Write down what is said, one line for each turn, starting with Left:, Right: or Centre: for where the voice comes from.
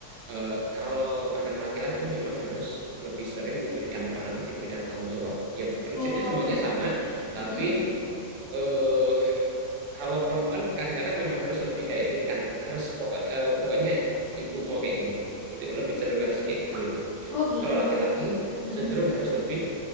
Right: Eh, kalau anak laki-laki memang harus lebih sering diberikan peran, diberikan tanggung jawab. Ya prinsipnya
Left: Oh,
Right: semuanya sama, tapi
Left: hmm.
Right: eh kalau perempuan kadang-kadang memang harus lebih kayak ditekan, harus pokok eh, pokoknya ibu mau kayak gini. Itu lebih cenderung harus kayak gituin.
Left: oh
Right: Tapi
Left: gitu.
Right: kalau laki-laki
Left: Hmm.
Right: cenderung harus lebih